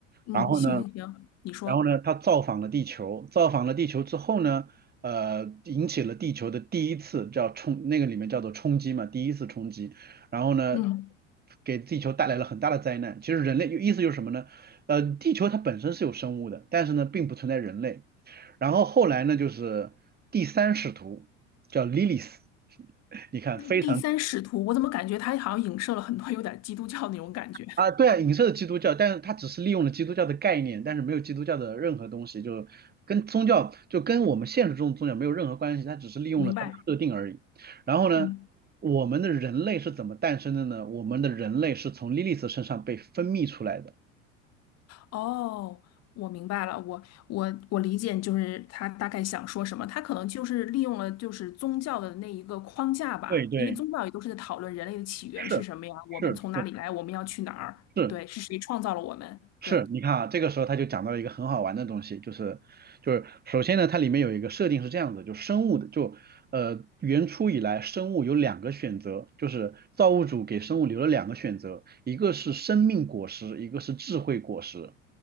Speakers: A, on the left; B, on the right.
A: 嗯，
B: 然后呢，
A: 行行行，你说，
B: 然后呢，他造访了地球，造访了地球之后呢，呃，引起了地球的第一次叫冲，那个里面叫做冲击嘛，第一次冲击。然后呢，
A: 嗯，
B: 给地球带来了很大的灾难。其实人类意思就是什么呢？呃，地球它本身是有生物的，但是呢，并不存在人类。然后后来呢，就是第三使徒叫 Lilith，你看非常
A: 那第三使徒，我怎么感觉他好像影射了很多有点基督教那种感觉？
B: 啊，对啊，影射基督教，但是它只是利用了基督教的概念，但是没有基督教的任何东西，就跟宗教就跟我们现实中的宗教没有任何关系，它只是利用了它的设定而已。
A: 明白，
B: 然后呢，
A: 嗯。
B: 我们的人类是怎么诞生的呢？我们的人类是从莉莉丝身上被分泌出来的。
A: 哦，我明白了，我我我理解，就是他大概想说什么，他可能就是利用了就是宗教的那一个框架吧，
B: 对对，
A: 因为宗教也都是在讨论人类的起源是什么呀，
B: 是是是
A: 我们从哪里来，我们要去哪儿，
B: 是，
A: 对，是谁创造了我们，
B: 是，
A: 对
B: 你看啊，这个时候他就讲到了一个很好玩的东西，就是就是首先呢，它里面有一个设定是这样子，就生物的就呃原初以来生物有两个选择，就是造物主给生物留了两个选择，一个是生命果实，一个是智慧果实。